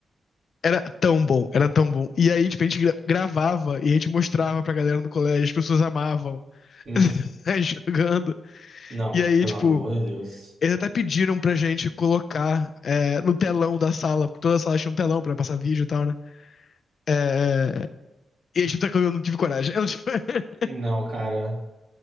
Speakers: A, on the left (about 50°); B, on the right (about 55°).
A: Era tão bom, era tão bom. E aí, tipo, a gente gra- gravava e a gente mostrava pra galera no colégio, as pessoas amavam.
B: <laughs>
A: <laughs> jogando.
B: Não,
A: E aí,
B: pelo
A: tipo,
B: amor de Deus.
A: eles até pediram pra gente colocar é, no telão da sala, porque toda a sala tinha um telão pra passar vídeo e tal, né? É, é, e a gente até que eu não tive coragem. Eu, tipo, <laughs>
B: Não, cara.